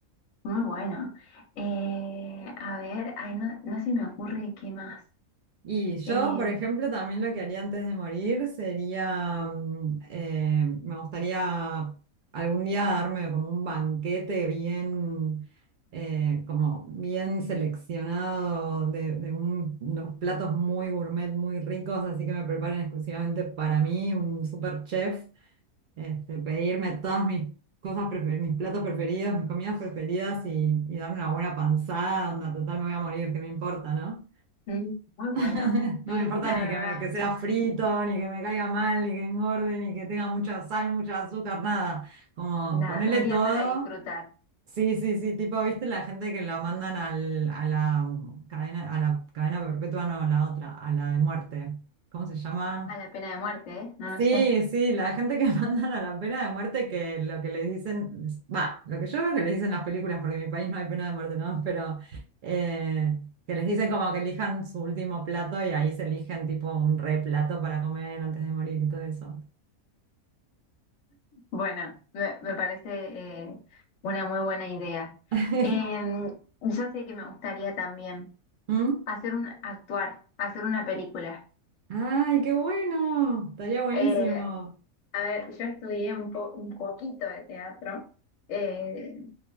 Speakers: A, on the left; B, on the right.
A: Muy bueno. Eh, a ver, ay, no, no se me ocurre qué más.
B: Y yo,
A: Eh,
B: por ejemplo, también lo que haría antes de morir sería, mm, eh, me gustaría algún día darme como un banquete bien, eh, como bien seleccionado de, de un- unos platos muy gourmet, muy ricos, así que me preparen exclusivamente para mí, un super chef, este, pedirme todas mis cosas, prefe- mis platos preferidos, mis comidas preferidas y, y darme una buena panzada, onda, total me voy a morir, ¿qué me importa, no?
A: Mm. muy bueno,
B: <laughs> No
A: sí,
B: me importa
A: la
B: ni
A: verdad.
B: que, me- que sea frito, ni que me caiga mal, ni que engorde, ni que tenga mucha sal, mucha azúcar, nada. Como
A: Nada,
B: ponerle
A: un
B: todo.
A: día para disfrutar.
B: Sí, sí, sí, tipo, ¿viste la gente que lo mandan al- a la cadena, a la cadena perpetua, no, a la otra, a la de muerte? ¿Cómo se llama?
A: A la pena de muerte, ¿eh? No lo
B: Sí,
A: sé.
B: sí, la gente que <laughs> mandan a la pena de muerte, que lo que les dicen, va, lo que yo veo que les dicen las películas, porque en mi país no hay pena de muerte, ¿no? Pero eh, que les dicen como que elijan su último plato y ahí se eligen tipo un re plato para comer antes de morir y todo eso.
A: Bueno, me, me parece eh, una muy buena idea.
B: <laughs>
A: Eh, yo sé que me gustaría también
B: ¿Mm?
A: hacer un, actuar, hacer una película.
B: ¡Ay, qué bueno! Estaría buenísimo.
A: Eh, a ver, yo estudié un, po- un poquito de teatro eh,